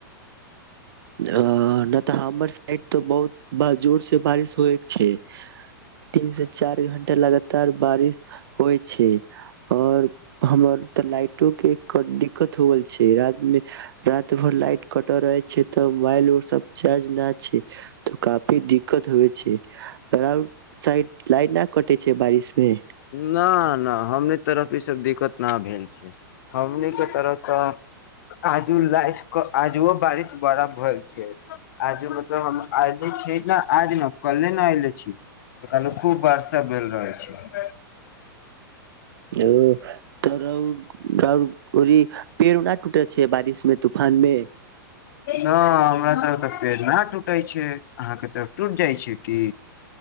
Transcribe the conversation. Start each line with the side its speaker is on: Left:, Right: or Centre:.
Right: अ नहि तऽ हमर साइड तऽ बहुत जोर से बारिश होए के छै तीन से चार घंटा लगातार बारिश होइ छै और हमर तऽ लाइटो के दिक्कत हो गेल छै र मे रात भर लाइट कट रह क्ष तऽ मोबाइल उर सब चार्ज न छै तऽ काफी दिक्कत होइ छै अउड साइड ला न कटे छै बारिश में।
Left: न न हमनी तरफ ई सब दि न भेल छै हमनी के तरफ त आजू लाइट के आजुओ बारिश बड़ा भेल छै आजू मतलब हम एऐले छी ने आज ने कले ने एऐले छी कलहे खूब बर्षा भेल रहल छै
Right: ओ तऽ रौद रौद पेड़ ना टूटे छै बारिश में तूफान में
Left: न हमरा त अत्ते पेड़ न टूटे छै अहाँ के तरफ टूट जाइ छै की